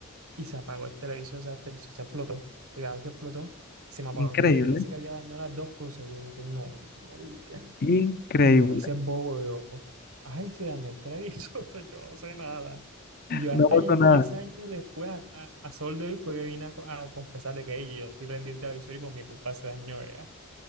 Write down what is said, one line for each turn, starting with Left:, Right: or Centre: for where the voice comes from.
Right: y se apagó el televisor, o sea, el televisor se explotó, cuidado, se explotó, se me apagó
Left: increíble.
Right: como de- yo pensé que había dañado las dos cosas, yo como que no, marica.
Left: Increíble.
Right: Y yo me hice bobo, yo, ay, se dañó el televisor, <laughs> yo no sé nada. Y yo
Left: No
Right: hasta
Left: pasó
Right: ahí
Left: nada.
Right: 10 años después, a, a, a sol de hoy, fue que vine a, co- a confesar de que "Ey, yo sí prendí el televisor y por mi culpa se dañó, ya.